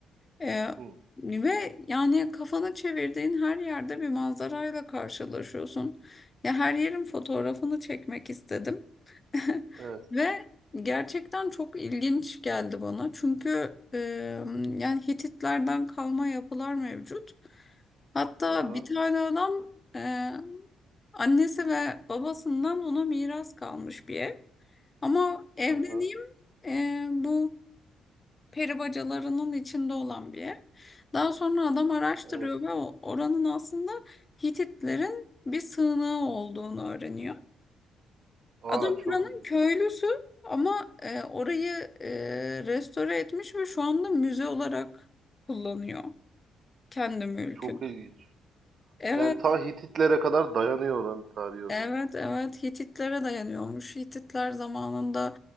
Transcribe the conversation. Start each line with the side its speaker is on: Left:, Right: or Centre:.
Left: Ee,
Right: Hı,
Left: ve yani kafanı çevirdiğin her yerde bir manzarayla karşılaşıyorsun. Ya her yerin fotoğrafını çekmek istedim. <laughs>
Right: evet.
Left: Ve gerçekten çok ilginç geldi bana. Çünkü e, yani Hititlerden kalma yapılar mevcut. Hatta
Right: Aha,
Left: bir tane adam e, annesi ve babasından ona miras kalmış bir ev. Ama evleneyim
Right: aha,
Left: e, bu peri bacalarının içinde olan bir ev. Daha sonra adam araştırıyor
Right: evet.
Left: ve o- oranın aslında Hititlerin bir sığınağı olduğunu öğreniyor.
Right: Aa
Left: Adam
Right: çok
Left: oranın
Right: ilginç.
Left: köylüsü ama e, orayı e, restore etmiş ve şu anda müze olarak kullanıyor kendi mülkünü.
Right: Çok ilginç.
Left: Evet,
Right: Yani ta Hititlere kadar dayanıyor oranın tarihi o
Left: evet,
Right: zaman.
Left: evet Hititlere dayanıyormuş. Hititler zamanında